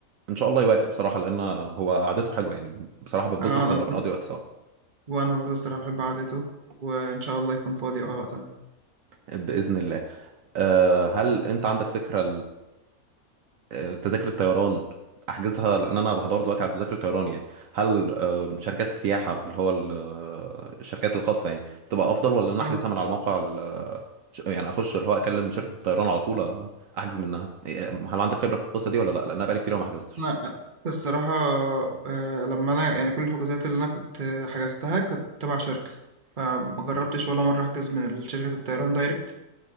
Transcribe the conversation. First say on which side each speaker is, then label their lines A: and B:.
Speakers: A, on the right (about 70°); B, on the right (about 40°).
A: ان شاء الله يوافق بصراحه لان هو قعدته حلوه يعني بصراحه بتبسط
B: اه انا
A: لما
B: بحب
A: بنقضي وقت سوا
B: وانا برضه الصراحه بحب قعدته وان شاء الله يكون فاضي اه وقتها
A: باذن الله آه، هل انت عندك فكره آه، تذاكر الطيران احجزها لان انا بحضر دلوقتي على تذاكر الطيران يعني هل آه، شركات السياحه اللي هو ال- آه، الشركات الخاصه يعني بتبقى افضل ولا ان انا
B: اه
A: احجزها من على موقع ال- آه، ش- يعني اخش اللي هو اكلم شركه الطيران على طول آه، احجز منها إيه، هل عندك خبره في القصه دي ولا لا لان انا بقالي كتير ما حجزتش
B: انا الصراحه آه، لما انا يعني كل الحجوزات اللي انا كنت آه، حجزتها كنت تبع شركه فما جربتش ولا مره احجز من شركه الطيران دايركت